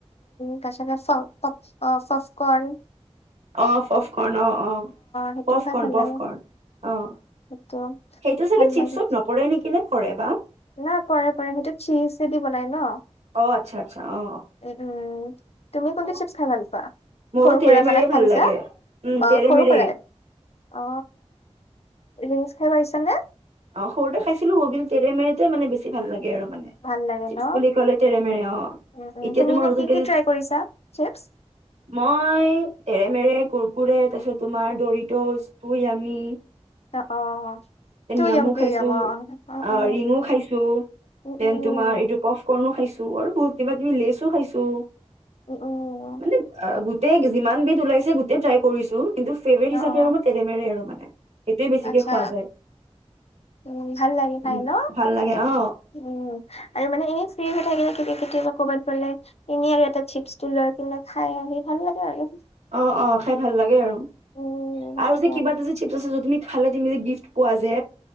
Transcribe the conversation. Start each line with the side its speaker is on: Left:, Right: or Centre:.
Left: তাৰপিছতে পফ কন
Right: অ পফ কণ অ অ
Left: সেইটোও
Right: পফ
Left: খাই
Right: কৰ্ণ
Left: ভাল
Right: পফ
Left: লাগে
Right: কৰ্ণ অ
Left: সেইটো
Right: সেইটো চাগে
Left: ভাল
Right: চিপছত
Left: লাগে
Right: নপৰেই নেকি নে। ফৰেবা।
Left: নাই পৰে পৰে সেইটো চিছচেদি বনাই ন।
Right: অ আচ্ছা আচ্ছা অ
Left: উ উম তুমি কোনটো
Right: অ
Left: চিপছ খাই ভাল পোৱা
Right: মোৰো
Left: সৰুৰ
Right: তেৰেমেৰে
Left: পৰা মানে খাইছা
Right: ভাল লাগে উম
Left: অ
Right: তেৰেমেৰে।
Left: সৰুৰ পৰাই অ ৰিংছ খাই পাৰিছা নে?
Right: অ সৰুতে খাইছিলো, বিন তেৰেমেৰে মানে বেছি ভাল লাগে। একেবাৰে মানে
Left: ভাল লাগে
Right: চিপচ
Left: ন
Right: বুলি কলে তেৰে মেৰে অ
Left: উম উম
Right: এতিয়া
Left: তুমি
Right: তোমাৰ
Left: এনে
Right: নতুন
Left: কি
Right: কে
Left: কি
Right: যে
Left: ট্ৰাই কৰিছা চিপছ
Right: মই তেৰে মেৰে কুৰ কুৰে তাৰপাছত দৰিতচ তুয়ামি।
Left: অ অ।
Right: এ
Left: টু
Right: নিয়ামও
Left: য়াম টু
Right: খাইছো,
Left: য়াম অ অ
Right: আ
Left: অ
Right: ৰিঙো খাইছো,
Left: উম
Right: দেন
Left: উম
Right: তোমাৰ এইটো পফকন যে অ মই খাইছো আৰু বহুত কিবা কিবি লেচো খাইছো।
Left: উম উম
Right: মানে গোট গোটেই যিমান বিধ ওলাইছে গোটেই ট্ৰাই কৰিছো। কিন্তু ফেভৰেত
Left: অ
Right: হিচাবে
Left: অ
Right: তেৰে মেৰে আৰু মানে। সেইটোৱে বেছিকে
Left: আচ্ছা
Right: খোৱা যায়।
Left: উম ভাল লাগে সাই
Right: উম
Left: ন
Right: ভাল লাগে অ
Left: উম আৰু মানে এনেই ফ্ৰী হৈ থাকিলে। কেতিয়াবা ক'বাত গ'লে এনেই আৰু এটা চিপটো লৈ পেলাই খাও আহি ভাল লাগে আৰু।
Right: অ অ খাই ভাল লাগে আৰু।
Left: উম
Right: আৰু যে কিবাটো যে চিপচ আছিলে যে তুমি খালে তুমি যে গিফ্ট পোৱা যে।